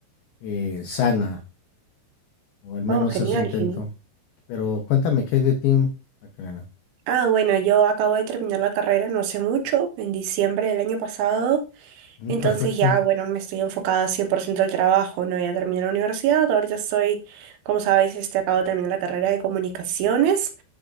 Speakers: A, on the left (about 85°); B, on the right (about 80°).
A: eh, sana, o al menos
B: Oh, genial,
A: eso intento.
B: genial.
A: Pero cuéntame, ¿qué hay de ti, Macarena?
B: Ah, bueno, yo acabo de terminar la carrera no hace mucho, en diciembre del año pasado,
A: Mm,
B: entonces
A: perfecto.
B: ya, bueno, me estoy enfocada 100% al trabajo, ¿no? Ya terminé la universidad, ahorita estoy, como sabéis, este, acabo de terminar la carrera de comunicaciones,